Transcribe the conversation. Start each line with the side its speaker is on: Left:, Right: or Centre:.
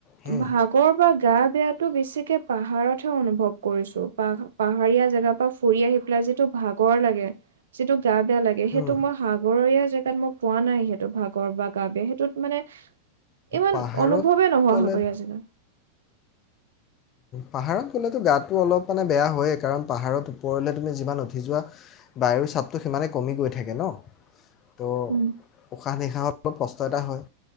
Left: হুম
Right: ভাগৰ বা গাত বেয়াতো বেছিকে পাহাৰত হে অনুভৱ কৰিছো পাহ পাহাৰীয়া জেগাৰ পৰা ফুৰি আহি পেলাই যিটো ভাগৰ লাগে যিটো গা বেয়া লাগে
Left: হুম
Right: সেইটো মই সাগৰীয়া জগা তাত মই পোৱা নাই স ভাগৰ বা গা বেয়া হে ত মানে ইমান
Left: পাহাৰত
Right: অনুভৱে নোহোৱা
Left: গ'লে
Right: হৈ গৈ আছিলে
Left: পাহাৰত গ'লেতো গাতটো অলপ মানে বেয়া হয়েই কাৰণ পাহাৰত ওপৰলে তুমি যিমান উঠি যোৱা বায়ুৰ চাপটো সিমানে কমি গৈ থাকে ন তো
Right: উম
Left: উশাহ নিশাহৰ অলপ কষ্ট কষ্ট এটা হয়